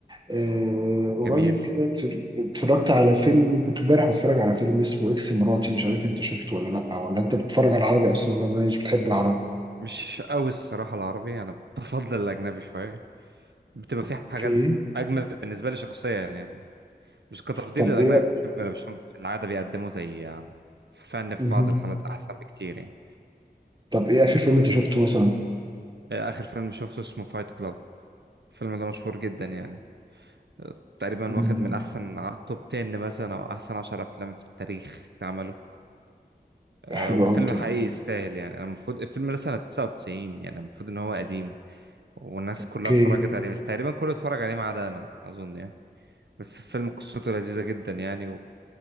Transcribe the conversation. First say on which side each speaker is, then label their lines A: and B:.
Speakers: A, on the right; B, on the right.
A: آه، قريب
B: جميل
A: كده اتفر- اتفرجت على فيلم كنت امبارح بتفرج على فيلم اسمه اكس مراتي مش عارف انت شفته ولا لا ولا انت بتتفرج على العربي اصلا ولا مش بتحب العربي
B: مش قوي الصراحة العربي انا بفضل الاجنبي شوية بتبقى في
A: اوكي
B: حاجات اجمل بالنسبة لي شخصيا يعني مش كتفضيل
A: طب
B: للاجنبي
A: ايه
B: انا بشوفهم في العادة بيقدموا زي آه، فن في
A: مه.
B: بعض الحالات احسن بكتير يعني
A: طب ايه اخر فيلم انت شفته مثلا
B: آه، اخر فيلم شفته اسمه فايت كلاب الفيلم ده مشهور جدا يعني آه، تقريبا
A: مم،
B: واخد من احسن ع- توب 10 مثلا او احسن 10 افلام في التاريخ اتعملوا آه،
A: حلو
B: والفيلم
A: قوي طب
B: حقيقي يستاهل يعني انا المفروض الفيلم ده سنة 99 يعني المفروض ان هو قديم والناس
A: اوكي
B: كلها اتفرجت عليه بس تقريبا كله اتفرج عليه ما عدا انا اظن يعني بس الفيلم قصته لذيذة جدا يعني